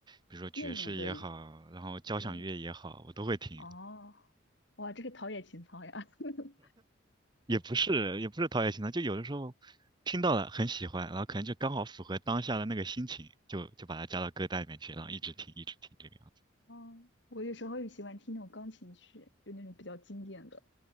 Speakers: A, on the right (about 20°); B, on the left (about 60°).
A: 比如说爵士也好，
B: 电影的，
A: 然后交响乐也好，
B: 对，
A: 我都会听，
B: 哦，哇，这个陶冶情操呀！<laughs>
A: 也不是也不是陶冶情操，就有的时候听到了很喜欢，然后可能就刚好符合当下的那个心情，就就把它加到歌单里面去，然后一直听一直听这个样子
B: 哦，我有时候也喜欢听那种钢琴曲，就那种比较经典的